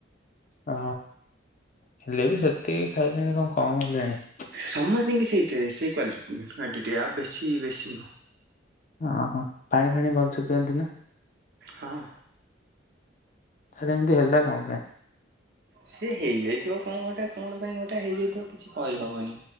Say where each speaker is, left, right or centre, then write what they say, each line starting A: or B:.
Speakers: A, on the left (about 40°); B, on the right (about 55°).
A: ଓ ହେଲେ ବି ସେତିକି ଖାଇଲେଣି କଣ କମ ହେଲାଣି।
B: ସମସ୍ତିଙ୍କି ସେଇ ସେଇ କ୍ୱାଲଟି କ୍ଵାଣ୍ଟିଟି ଆଉ ବେଶୀ ବେଶୀ ନୁହଁ।
A: ଓ ହୋ ପାଣି ଫାଣି ଭଲସ ପିଅନ୍ତି ନା।
B: ହଁ।
A: ହେଟା ଏମତି ହେଲା କଁ ପାଇଁ।
B: ସେ ହେଇଯାଇଥିବ କଣ ଗୋଟେ କଣ ପାଇଁ ଗୋଟେ ହେଇଯାଇଥିବ କିଛି କହିହବନି।